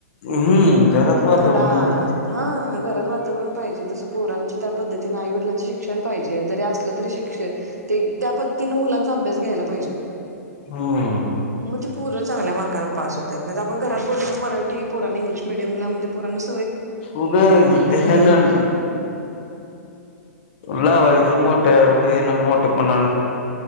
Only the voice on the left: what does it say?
हम्म घरात वातावरण
महत्वाचं
हम्म
उगे,, त नाम लावायच मोठ्या, हेन मोठ्यापणा..